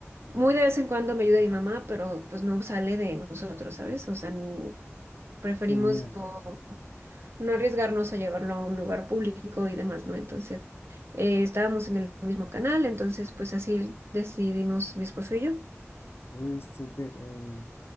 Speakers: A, on the right; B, on the left.
A: Muy de vez en cuando me ayuda mi mamá, pero pues no sale de nosotros, ¿sabes? O sea, n- preferimos
B: Genial,
A: no no arriesgarnos a llevarlo a un lugar público y demás, ¿no? Entonces, eh, estábamos en el mismo canal, entonces pues así decidimos mi esposo y yo.
B: uy, súper. eh,